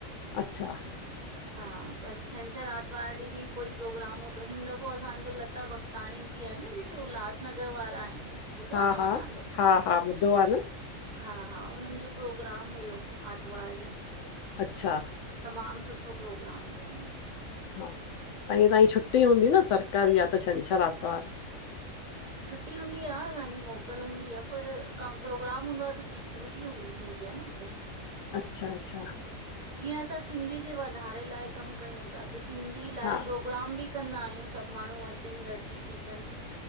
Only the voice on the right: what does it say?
हा पर छंछर आरतवार ॾीं बि कोई प्रोग्राम हूंदो हिन दफ़ो असांजो। त भगताणी जी आहे न जेके उल्हासनगर वारा आहिन्। ॿुधो
आ तव्हां
नालो
हा हा। उन्हन् जो प्रोग्राम हुयो आतवार ॾीं।
तमाम सुठो प्रोग्राम कयं हुनन।
छुटी हूंदी आहे तांजी मोकल हूंदी आ पर प्रोग्राम हूंदो आह पर। ड्यूटी हूंदी थींदी आ न हुते?
जीअं असां सिंधी जे वधाारे लाइ कम कयूं था त सिंधी लाइ
प्रोग्राम बि। कंदा आहियूं सभ माण्हू अचन् गॾजी ॾिसण